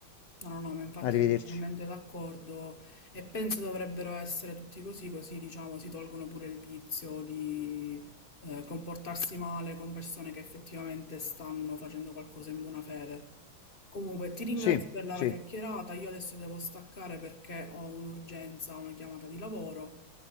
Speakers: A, on the left (about 45°); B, on the left (about 70°).
A: No, no, no, ma infatti
B: arrivederci.
A: sono totalmente d'accordo e penso dovrebbero essere tutti così, così diciamo si tolgono pure il vizio di eh, comportarsi male con persone che effettivamente stanno facendo qualcosa in buona fede. Comunque, ti ringrazio
B: Sì,
A: per la
B: sì,
A: chiacchierata, io adesso devo staccare perché ho un'urgenza, una chiamata di lavoro,